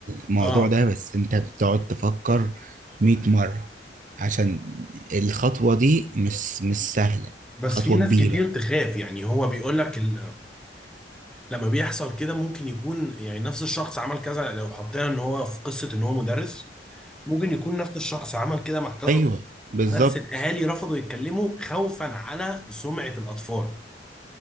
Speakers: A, on the right; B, in the centre.
A: الموضوع
B: اه
A: ده بس انت بتقعد تفكر 100 مرة عشان الخطوة دي مش مش سهلة
B: بس
A: خطوة
B: في ناس
A: كبيرة
B: كتير تخاف يعني هو بيقول لك ال... لما بيحصل كده ممكن يكون يعني نفس الشخص عمل كذا لو حطينا ان هو في قصه ان هو مدرس ممكن يكون نفس الشخص عمل كده مع كذا
A: ايوه
B: طفل،
A: بالظبط
B: بس الاهالي رفضوا يتكلموا خوفا على سمعه الاطفال